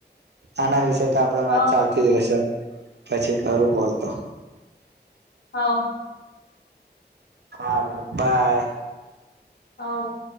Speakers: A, on the right; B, on the left.
A: આના વિશેે તો આપડે
B: હવ
A: વાત ચાલતી જ રહેશે પછી ખરું બોલતો
B: હ
A: હા બાય
B: હ